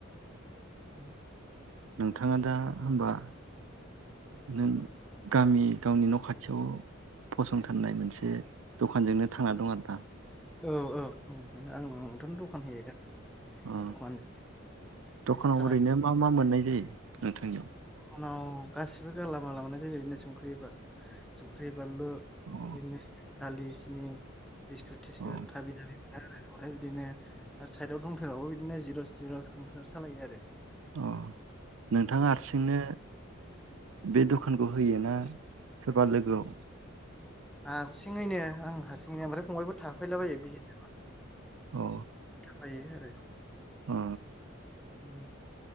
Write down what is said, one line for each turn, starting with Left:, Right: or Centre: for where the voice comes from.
Centre: <inaudible>
Right: नोंथाङा दा होमबा नों गामि गावनि न' खाथियाव फसंथाननाय मोनसे दखानजोंनो थांना दं आरो दा?
Centre: औ औ आंथनो दखान होयो दा
Right: अ
Centre: दखान
Right: दखानाव
Centre: थानानै
Right: ओरैनो मा मा मोननाय जायो नोंथांनियाव
Centre: आंनाव गासिबो गालामालाव मोननाय जायो। बिनो संख्रि संख्रि, बानलु,
Right: अ
Centre: बिदिनो दालि, सिनि बिस्कुट थिस्कुट
Right: अ
Centre: भाबिनानै आरो ओमफ्राय बिदिनो आरो साइदआव दंथेबावो, बिदिनो जिर'स सिर'स कम्पिउटार सालायो आरो।
Right: अ नोंथाङा हारसिंनो बे दखानखौ होयोना सोरबा लोगोआव
Centre: हारसिङैनो आं हारसिङैनो ओमफ्राय फंबाइ थाफैलाबायो बिहिर जाबा।
Right: औ
Centre: फायो आरो
Right: अ
Centre: उम